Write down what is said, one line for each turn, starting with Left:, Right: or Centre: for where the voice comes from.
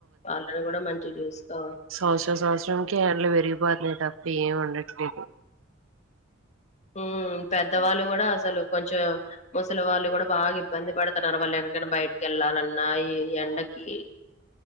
Left: వాళ్ళని కూడా మంచిగా చూసుకోవాలి
Right: సంవత్సరం సంవత్సరంకి ఎండ్లు పెరిగిపోతున్నాయి ఇఏం ఉండట్లేదు
Left: ఉ పెద్దవాళ్ళు కూడా అసలు కొంచెం ముసలి వాళ్ళు కూడా బాగా ఇబ్బంది పడుతున్నారు వాళ్ళు ఎకడన్న బయటకి వెళ్ళాలన్న ఈ ఎండకి